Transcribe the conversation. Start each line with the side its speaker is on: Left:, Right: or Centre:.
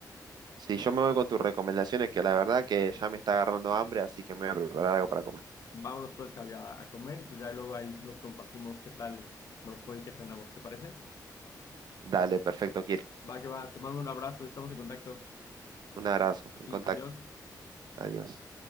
Right: sí, yo me voy con tus recomendaciones, que la verdad que ya me está agarrando hambre, así que me voy a preparar algo para comer.
Left: Vámonos pues, Javi, a, a comer y pues ya luego ahí nos compartimos qué tal nos fue y qué cenamos, ¿te parece?
Right: Dale, perfecto, Kirk.
Left: Va que va, te mando un abrazo, estamos en contacto.
Right: Un abrazo,
Left: Sí,
Right: en contacto.
Left: adiós.
Right: Adiós.